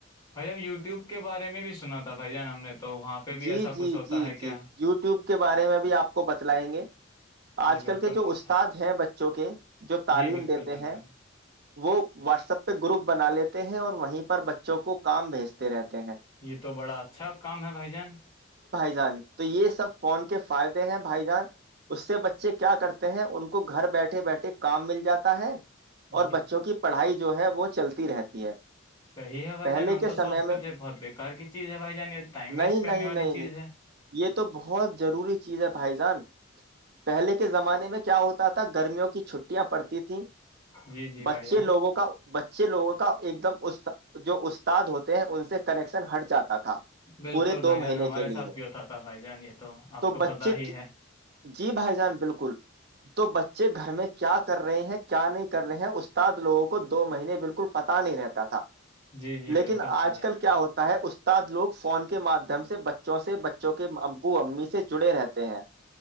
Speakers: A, on the left; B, on the right.
A: بھ اب یوٹیوب کے بارے میں بھی سنا تھا بھائی جان ہم نے تو وہاں پہ بھی
B: جی
A: ایسا
B: جی
A: کچھ ہوتا
B: جی
A: ہے کیا
B: جی یو ٹیوب کے بارے میں بھی آپ کو بتلائیں گے آج
A: جی بالکل
B: کل کے
A: بھائی
B: جو استاد
A: جان
B: ہیں بچوں کے جو تعلیم
A: جی بالکل
B: دیتے
A: بالکل
B: ہیں وہ واٹسپ پہ گروپ بنانے لیتے ہیں اور وہیں پر بچوں کو کام بھیجتے رہتے ہیں
A: یہ تو بڑا اچھا کام ہے بھائی جان
B: جانی تو یہ سب فون کے فائدے ہیں بھائی جان اس سے بچ سے کیا کرتے ہیں ان کو گھر بیٹھے بیٹھے کام مل جاتا تا ہے اور
A: جی
B: بچوں کی پڑھائی جو ہے وہ چلتی رہتی ہے
A: صحیح ہے بھائی
B: پہلے
A: جان ہم
B: کے
A: تو
B: سمے
A: سوچتے
B: میں
A: تھے بہت بےیکار کی چیز ہے بھائی جان یہ ٹائم ویسٹ
B: نہیں
A: کرنے
B: نہیں
A: والی
B: نہیں نہیں
A: چیز ہے
B: یہ تو بہت ضروری چیز ہے بھائی جان پہلے کے زمانے میں کیا ہوتا تھا گرمیوں کے ک چھوٹی یاں پڑتی تھیں
A: جی جی
B: بچے
A: بھائی جان
B: لوگوں کا بچے لوگوں کا ایک دم اس جو استاد ہوتے ہیں ان سے کنیکشن ہٹ جاتا تھا
A: بالکل
B: پورے دو
A: بھائی
B: مہینے
A: جان ہمارے
B: کے لیے
A: ساتھ بھی ہوتا تھا بھائی جان یہ آپ
B: تو
A: کو
B: بچے
A: پتا ہی ہے
B: جی بھائی جان بالکل <unintelligible> تو بچے گھر میں کیا <inaudible> کر رہے ہیں کیا نہیں کر رہے ہیں اس کے <inaudible> لووں کو دو مہینے بالکل <unintelligible> پتا نہیں رہتا تھا
A: جی جی
B: لیکن
A: بالکل بھائی
B: آج
A: جان
B: کل کیا ہوتا ہے اس <inaudible> لوگ فون کے مادھیم سے بچوں سے بچے <unintelligible> جو کہ ابو امی سے جڑے رہتے <unintelligible> ہیں